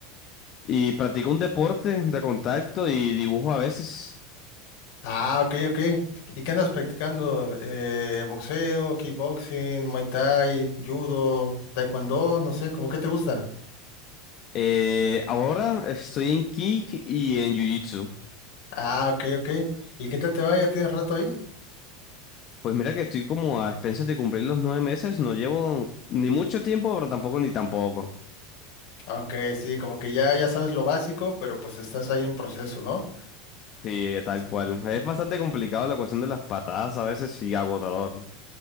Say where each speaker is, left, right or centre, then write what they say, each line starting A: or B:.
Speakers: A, on the left (about 45°); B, on the left (about 65°).
A: Y practico un deporte de contacto y dibujo a veces.
B: Ah, ok, ok. ¿Y qué andas practicando? Eh, boxeo, kickboxing, muay thai, judo, taekwondo, no sé, ¿cómo qué te gusta?
A: Eh, ahora estoy en kick y en jiu-jitsu.
B: Ah, ok, ok. ¿Y qué tal te va? ¿Ya tienes rato ahí?
A: Pues mira que estoy como a expensas de cumplir los nueve meses, no llevo ni mucho tiempo, pero tampoco ni tampoco.
B: Ah, Ok, sí, como que ya, ya sabes lo básico, pero pues estás ahí en proceso, ¿no?
A: Sí, tal
B: Sí.
A: cual. Es bastante complicado la cuestión de las patadas a veces y agotador.